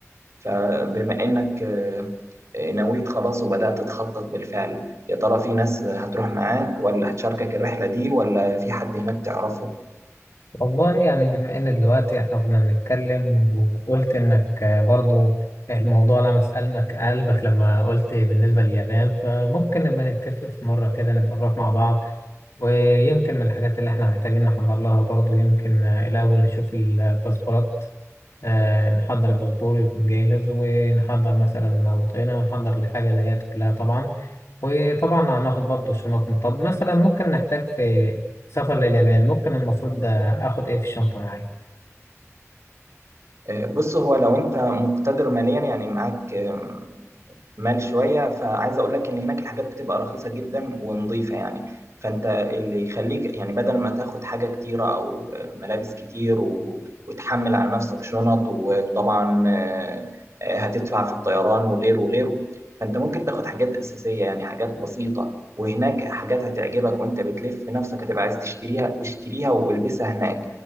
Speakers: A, on the right; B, on the left.
A: فبما إنك آه، آه، نويت خلاص وبدأت تخطط بالفعل يا ترى في ناس هتروح معاك ولا هتشاركك الرحلة دي ولا في حد هناك تعرفه
B: والله يعني بما إن دلوقتي إحنا كنا بنتكلم وقلت إنك برضو الموضوع لمس قلبك قلبك لما قلت بالنسبة لليابان فممكن نبقى نتفق في مرة كده نبقى نروح مع بعض ويمكن من الحاجات اللي إحنا محتاجين نحضر لها برضو يمكن الأول نشوف الباسبورات آه، نحضر الباسبور يكون جاهز ونحضر مثلا بطاقنا ونحضر الحاجة دهيت كلها طبعا وطبعا هناخد برضو شنطنا طب مثلا ممكن نحتاج في سفر لليابان ممكن المفروض ده اخد ايه في الشنطة معايا
A: آه، بص هو لو أنت مقتدر ماليا يعني معاك آه، مال شويه فعايز اقول لك ان هناك الحاجات بتبقى رخيصه جدا ونظيفه يعني فانت اللي يخليك يعني بدل ما تاخد حاجه كتيره او ملابس كتير و... وتحمل على نفسك شنط و- وطبعا آه، آه، هتدفع في الطيران وغيره وغيره فانت ممكن تاخد حاجات اساسيه يعني حاجات بسيطه وهناك حاجات هتعجبك وانت بتلف في نفسك هتبقى عايز تشتريها اشتريها والبسها هناك